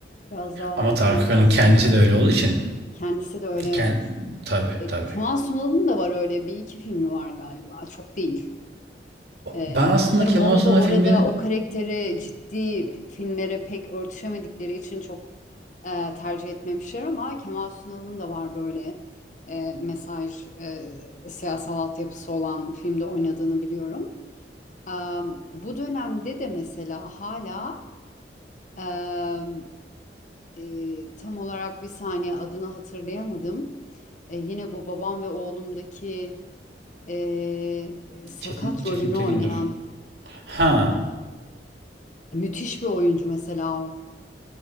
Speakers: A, on the left; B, on the right.
A: biraz daha
B: Ama Tarık
A: mesaj
B: Akan'ın kendisi
A: veren.
B: de öyle olduğu için
A: Kendisi de öyle
B: kend...
A: evet.
B: tabi
A: E,
B: tabi
A: Kemal Sunal'ın da var öyle bir iki filmi var galiba. Çok değil. E,
B: Ben aslında
A: sanırım
B: Kemal
A: onu
B: Sunal
A: da orada
B: filmlerin
A: o karakteri ciddi filmlere pek örtüşemedikleri için çok e, tercih etmemişler ama Kemal Sunal'ın da var böyle e, mesaj, e, siyasal altyapısı olan filmde oynadığını biliyorum. Em, bu dönemde de mesela hala em, e, tam olarak bir saniye adını hatırlayamadım. E, yine bu babam ve oğlumdaki e, e, sakat
B: Çetin, Çetin
A: rolünü
B: Tekin'dir.
A: oynayan
B: Ha.
A: müthiş bir oyuncu mesela o.